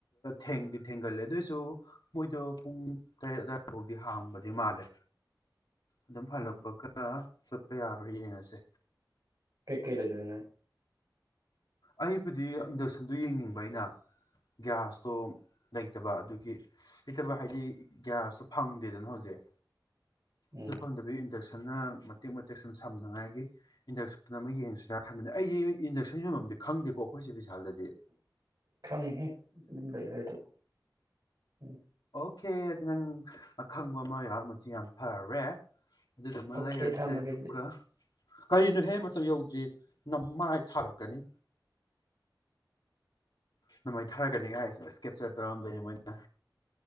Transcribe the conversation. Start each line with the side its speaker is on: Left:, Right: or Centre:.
Left: ꯊꯦꯡꯗꯤ ꯊꯦꯡꯒꯜꯂꯦ ꯑꯗꯨꯑꯣꯏꯁꯨ ꯃꯣꯏꯗꯣ ꯄꯨꯡ ꯇꯔꯦꯠ ꯑꯗꯨꯋꯥꯏ ꯐꯥꯎꯗꯤ ꯍꯥꯡꯕꯗꯤ ꯃꯥꯜꯂꯦ ꯑꯗꯨꯝ ꯍꯜꯂꯛꯄꯒ
Right: ꯎꯝ
Left: ꯆꯠꯄ ꯌꯥꯕꯔꯤ ꯌꯦꯡꯉꯁꯦ
Right: ꯀ ꯀ ꯂꯩ ꯑꯗꯨꯅꯦ
Left: ꯑꯩꯕꯨꯗꯤ ꯏꯟꯗꯛꯁꯟꯗꯨ ꯌꯦꯡꯅꯤꯡꯕ ꯑꯩꯅ ꯒꯌꯥꯁꯇꯣ ꯂꯩꯇꯕ ꯑꯗꯨꯒꯤ ꯂꯩꯇꯕ ꯍꯥꯏꯗꯤ ꯒꯤꯒ꯭ꯌꯥꯁꯇꯣ ꯐꯪꯗꯦꯗꯅ ꯍꯧꯖꯤꯛ
Right: ꯎꯝ
Left: ꯑꯗꯨ ꯐꯪꯗꯕꯤ ꯏꯟꯗꯛꯁꯟꯅ ꯃꯇꯦꯛ ꯃꯇꯦꯛ ꯁꯨꯝ ꯁꯝꯅꯉꯥꯏꯒꯤ ꯏꯟꯗꯛꯁꯟ ꯑꯃ ꯌꯦꯡꯁꯤꯔꯥ ꯈꯟꯕꯅꯤ ꯑꯩꯗꯤ ꯏꯟꯗꯛꯁꯟ ꯌꯣꯟꯐꯝꯝ ꯈꯪꯗꯦꯀꯣ ꯑꯩꯈꯣꯏ ꯁꯤꯦ ꯕꯤꯁꯥꯗꯗꯤ
Right: ꯈꯉꯦ ꯎ ꯂꯩ ꯂꯩ ꯑꯗꯨ ꯎꯝ
Left: ꯀꯦꯗ ꯅꯪ ꯑ ꯈꯪꯕ ꯑꯃ ꯌꯥꯎꯔꯝꯃꯗꯤ ꯌꯥꯝ ꯐꯔꯦ ꯑꯗꯨꯗꯨꯃ
Right: ꯑꯣꯀꯦ
Left: ꯂꯩꯔꯁꯦ
Right: ꯊꯝꯃꯒꯦ
Left: ꯑꯗꯨꯒ
Right: ꯑꯗꯨꯗꯤ
Left: ꯀꯔꯤꯅꯣ ꯍꯦꯛ ꯃꯇꯝ ꯌꯧꯗ꯭ꯔꯤ ꯅꯃꯥꯏ ꯊꯥꯔꯛꯀꯅꯤ ꯅꯣꯡꯃꯩ ꯊꯥꯔꯛꯀꯅꯤꯒꯥꯏꯁ ꯏꯁ ꯀꯦꯞꯆꯔ ꯇꯧꯔꯝꯗꯣꯏꯅꯤ ꯃꯣꯏꯅ